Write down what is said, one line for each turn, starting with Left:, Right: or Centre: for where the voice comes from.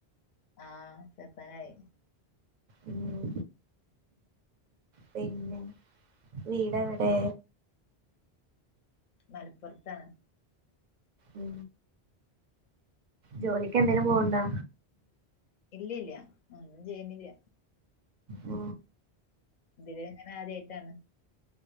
Left: ആഹ ചെപ്പാനായി
Right: ഉം പിന്നെ വീട് എവിടെ
Left: മലപ്പുറത്താണ്
Right: ഉ ജോലിക്ക് എന്തേിലും പോവണ്ടോ
Left: ഇല്ലല്ല ആും ചെയ്യുന്നില്ല
Right: ഉ
Left: ഇതി എങ്ങനെ ആദ്യായിട്ടാണ്